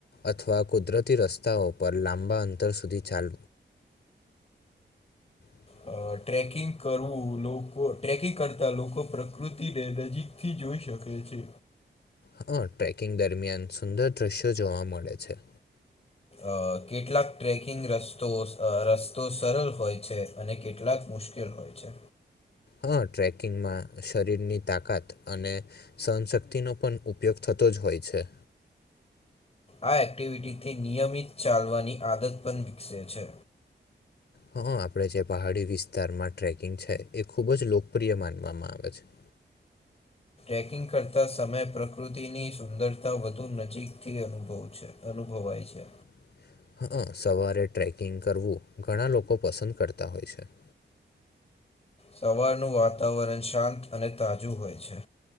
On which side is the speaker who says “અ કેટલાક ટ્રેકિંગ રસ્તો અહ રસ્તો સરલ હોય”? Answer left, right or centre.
Left